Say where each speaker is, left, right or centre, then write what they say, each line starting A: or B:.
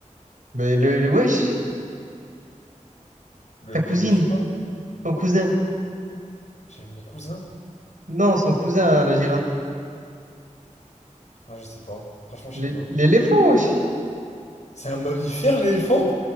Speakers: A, on the right; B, on the left.
A: Bah, le, le- wesh,
B: Le,
A: ta
B: le-
A: cousine,
B: je sais pas.
A: ton cousin.
B: J'ai mon cousin.
A: Non, son cousin, hein, la girafe.
B: Ah, je sais pas. Franchement, je
A: L'é-
B: sais pas.
A: L'éléphant, wesh.
B: C'est un mammifère, l'éléphant?